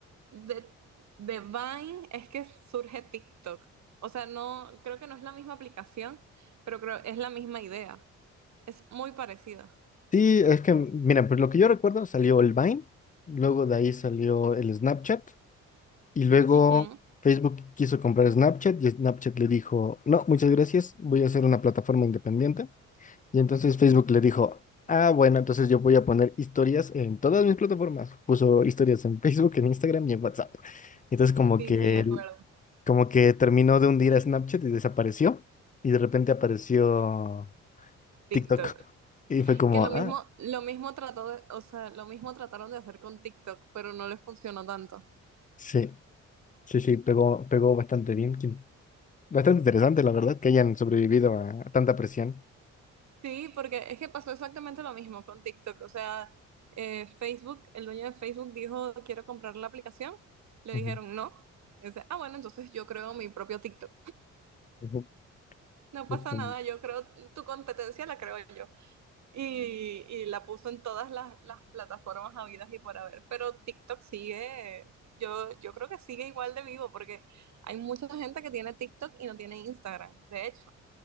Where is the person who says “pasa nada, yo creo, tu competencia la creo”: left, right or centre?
Right